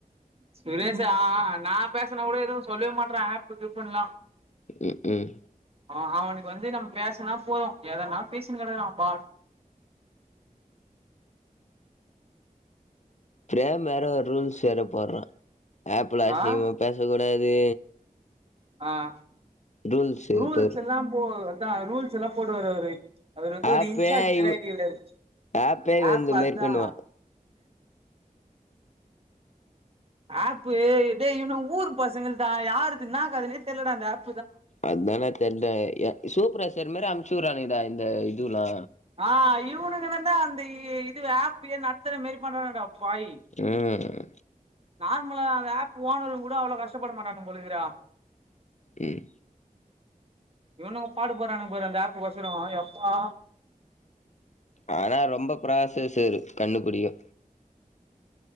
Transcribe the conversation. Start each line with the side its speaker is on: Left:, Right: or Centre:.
Right: சுரேஷ் ஆஹ் நா பேசன கூட எதுவு சொல்லவே மாட்டுகிறா ஆப் கிப் புன்ல
Left: உம் உம்
Right: ஆ அவனுக்கு வந்து நம்ம பேசனா போது எதன்னா பேசின்னு கிடக்குறா அவன் பா
Left: பேப் வேற ஒரு ரூல்ஸ் வேற போடுறா ஆப் புள்ளே அசிங்கம
Right: ஆ
Left: பேசக்கூடாது
Right: ஆஹ்
Left: ரூல்ஸு
Right: ரூல்ஸ்
Left: போர்
Right: எல்லா போ அத ரூல்ஸ் எல்லா போடு வாரு அவர் அவர் வந்து ஒரு
Left: ஆப்பே
Right: இன்சார்ஜ் மாரி
Left: இவ்
Right: ஆய்ட்டுருக்க
Left: ஆப்பே இவ
Right: ஆப்
Left: இந்த
Right: அதுதா
Left: மாரி பண்ணுவா
Right: ஆப் டேய் இவனுங்க ஊரு பசங்கள் தா யார் இது என்ன கதை ன்னே தெரியலடா அந்த ஆப்
Left: அதானே தெரிலே யா சூப்பரேஸ்ஸர் மாரி அனுப்ச்சு உடுராங்டா இந்த இதுவுல்லா
Right: ஆஹ் இவனுங்க ந்தா அந்த இது ஆப்பயே நடடுத்துற மாரி பண்ணுரானுங்கட உப்பாய்
Left: ம்
Right: நார்மலா அந்த ஆப் ஓனறு கூட அவ்ளோவ் கஷ்டப்பட மாட்டானுங்க போல ருக்குடா
Left: உம்
Right: இவன்னுங்க பாடு போறானுங்க பாரு அந்த ஆப்புக்கு ஒசரோ எப்பா
Left: ஆனா ரொம்ப ப்ராசஸ்சு கண்ணுபடியு